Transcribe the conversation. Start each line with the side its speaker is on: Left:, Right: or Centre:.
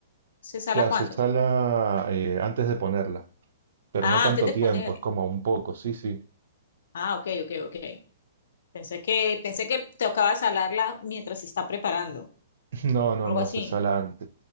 Left: se sala
Right: Claro,
Left: cuando
Right: se sala eh, antes de ponerla, pero
Left: Ah,
Right: no tanto
Left: antes de
Right: tiempo,
Left: poner.
Right: es como un poco, sí, sí.
Left: Ah, ok, ok, ok. Pensé que, pensé que tocaba salarla mientras se está preparando.
Right: <laughs> <clears throat> No, no,
Left: Algo
Right: no,
Left: así.
Right: se sala antes.